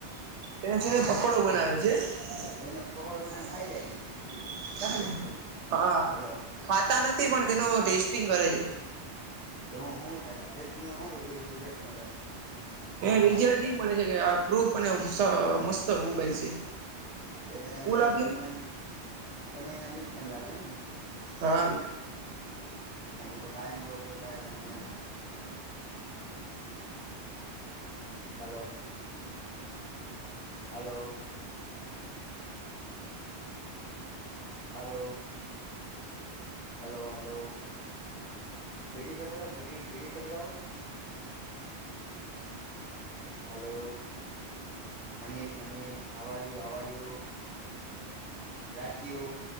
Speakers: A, on the right; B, on the left.
A: એને સુું પકોડો બનાવે છે. <unintelligible>
B: એનો પકોડો બનાવીને ખાઈ જાય
A: હા,
B: હાલો
A: ખાતા નથી તે પણ તેનો ટેસ્ટિંગ કરે છે,
B: હું હું થાય તો ટેસ્ટિંગમાં હું રિજલ્ટ મલે,
A: રિજલ્ટ ઈ મળે છે કે, આ પ્રૂફ અને મસ્ત મોબાઈલ છે
B: એટલે તમે
A: કુલ
B: લઈ
A: આપજે
B: લ તમે
A: ને
B: એના તમે એના બી ફેન લાગે એમને,
A: હા,
B: એને તો કાયમ રોગ જોતા તો મહિના તો hello hello hello, hello hello બેડીસગર બીડી બીડી સરગાવો, હાલો, મનીષ મનીષ હવાર યુ આવવાર યુ?? રાતીયુ.